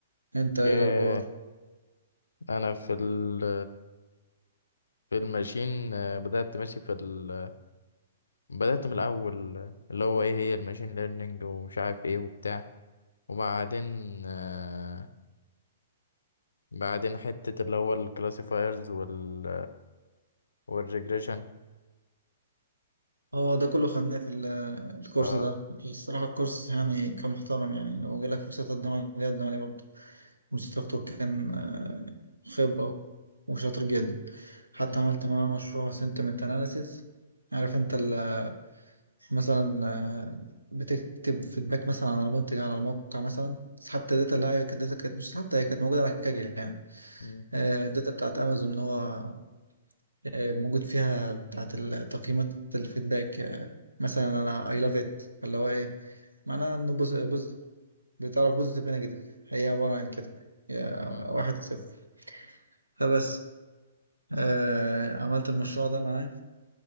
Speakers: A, on the right; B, on the left.
A: انت ايه
B: ايه
A: الاخبار
B: انا في ال في الماشين آه، بدات ماشي في ال بدات من الاول آه، اللي هو ايه هي الماشين ليرنينج ومش عارف ايه وبتاع وبعدين آه، بعدين حته اللي هو الكلاسيفايرز وال والريجريشن
A: اه ده كله خدناه في ال- الكورس
B: ف
A: ده الصراحة الكورس يعني كان محترم يعني لو جالك فرصة تقدم عليه قدم عليه برضه المستر كان آه، خبرة وشاطر جدا حتى
B: مم.
A: عملت معاه مشروع sentiment analysis عارف انت ال- مثلا آه، بتكتب فيدباك مثلا على منتج على الموقع مثلا سحبت الداتا اللي هي كانت داتا كانت مش سحبتها هي كانت موجودة على كاجل يعني
B: مم.
A: آه، الداتا بتاعت امازون اللي هو آه، موجود فيها بتاعت ال- تقييمات الفيدباك آه، مثلا انا اي لاف ات اللي هو ايه معناها انه بوزيتيف بتعرف بوزيتيف نيجاتيف هي عبارة عن كده هي
B: مم.
A: واحد صفر فبس آه، عملت المشروع ده معاه